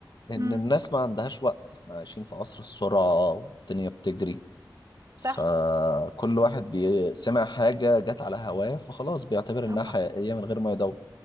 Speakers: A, on the left; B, on the right.
A: إن
B: امم
A: الناس ما عندهاش وقت احنا عايشين في عصر السرعة والدنيا بتجري
B: صح
A: فكل واحد بي- سمع حاجة جت على هواه فخلاص بيعتبر
B: طب
A: إنها حقيقية من غير ما يدور